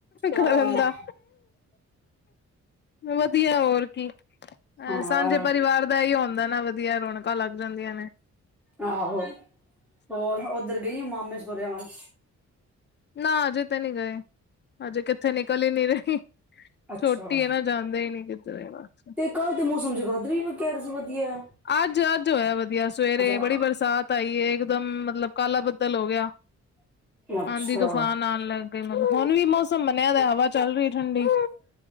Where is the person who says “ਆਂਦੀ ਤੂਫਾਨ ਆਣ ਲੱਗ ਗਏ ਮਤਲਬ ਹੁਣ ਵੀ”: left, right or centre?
Left